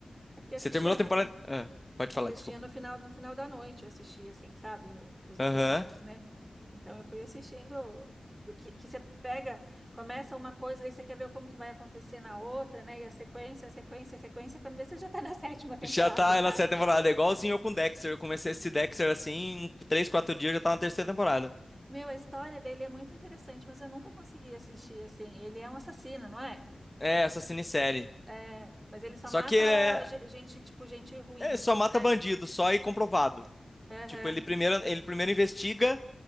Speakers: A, on the right; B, on the left.
A: é porque assistia,
B: Você terminou a temporada... Ah, pode falar,
A: assistia
B: desculpa.
A: no final, no final da noite, eu assistia, assim, sabe, o- os episódios,
B: Aham.
A: né? Então eu fui assistindo. Que, que você pega, começa uma coisa, aí você quer ver como que vai acontecer na outra, né? E a sequência, a sequência, a sequência, quando vê, você já tá na <laughs> sétima temporada,
B: Já tá
A: sabe?
B: na sétima temporada, é igualzinho eu com Dexter. Eu comecei esse Dexter, assim, em três, quatro dias, eu já tava na terceira temporada.
A: Meu, a história dele é muito interessante, mas eu nunca consegui assistir assim. Ele é um assassino, não é?
B: É, essa minissérie.
A: É, mas ele só
B: Só
A: mata
B: que ele é...
A: ge- gente, tipo, gente ruim,
B: é
A: assim,
B: só mata
A: né?
B: bandido, só e comprovado.
A: Aham.
B: Tipo, ele primeiro, ele primeiro investiga,